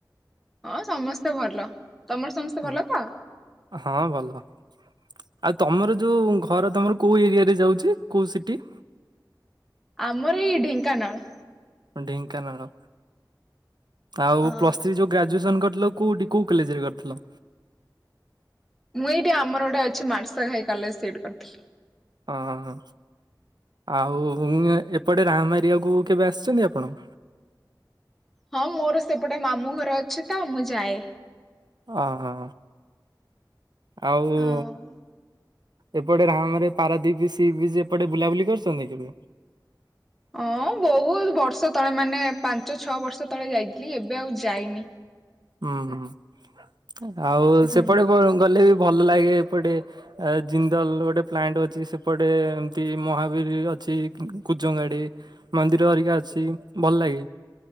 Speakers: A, in the centre; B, on the right.
A: ହଁ ସମସ୍ତେ ଭଲ। ତମର ସମସ୍ତେ
B: ହୁଁ
A: ଭଲ ତ?
B: ହଁ ଭଲ। ଆଉ ତମର ଯୋଉ ଘର ତମର କୋଉ ଏରିଆରେ ଯାଉଛି କୋଉ ସିଟି?
A: ଆମର ଏଇ ଢେଙ୍କାନାଳ।
B: ଢେଙ୍କାନାଳ ଆଉ
A: ହଁ।
B: ପ୍ଲସ ଥ୍ରି ଯୋଉ ଗ୍ରା ଗ୍ରାଜୁଏସନ୍ କରିଥିଲ କେଉଁଠି କୋଉ କଲେଜରେ କରିଥିଲ?
A: ମୁଁ ଏଇଠି ଆମର ଗୋଟେ ଅଛି ମାର୍ଷଘାଇ କଲେଜ ସେଇଠି କରିଥିଲି।
B: ହଁ ଆଉ ଏପଟେ ରା ମାରିବାକୁ କେବେ ଆସିଛନ୍ତି ଆପଣ?
A: ହଁ ମୋର ସେପଟେ ମାମୁଁ ଘର ଅଛି ତ ମୁଁ ଯାଏ।
B: ଅ ହ ଆଉ
A: ହଁ।
B: ଏପଟେ ରାମରେ ପାରାଦୀପ ସି ବିଜ୍ ଏପଟେ ବୁଲାବୁଲି କରିୁଛନ୍ତି କେବେ?
A: ହଁ ବହୁତ ବର୍ଷ ତଳେ ମାନେ ପାଞ୍ଚ ଛଅ ବର୍ଷ ତଳେ ଯାଇଥିଲି ଏବେ ଆଉ ଯାଇନି।
B: ହୁଁ ହୁଁ ଆଉ ସେପଟେ
A: ହୁଁ
B: ଗଲେ ବି ଭଲ ଲାଗେ ଏପଟେ ଆ ଜିନ୍ଦାଲ ଗୋଟେ ପ୍ଲାଣ୍ଟ ଅଛି ସେପଟେ ଏମତି ମହାବୀର ଅଛି କୁଜ ଗାଡି ମନ୍ଦିର ଅରିକା ଅଛି ଭଲ ଲାଗେ